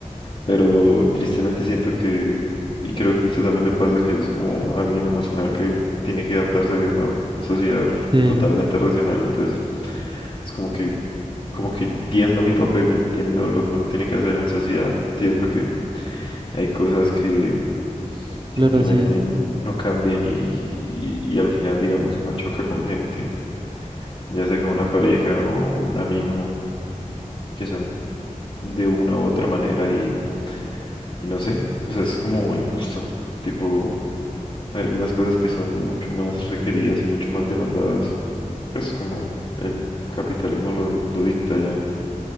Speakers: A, on the left (about 45°); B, on the right (about 35°).
A: Pero tristemente siento que, y creo que a usted también le pasa, que es como alguien emocional que tiene que adaptarse a vivir en una sociedad r-
B: sí.
A: totalmente racional. Entonces, es como que, como que entiendo mi papel, entiendo lo que uno tiene que hacer en la sociedad, entiendo que hay cosas que simplemente
B: Claro, así es.
A: n- no cambian y, y, y al final, digamos, uno choca con gente, ya sea con una pareja o un amigo, que son de una u otra manera y, y no sé, o sea, es como injusto. Tipo, hay algunas cosas que son mucho más requeridas y mucho más demandadas, pues como el capitalismo lo, lo dicta ya.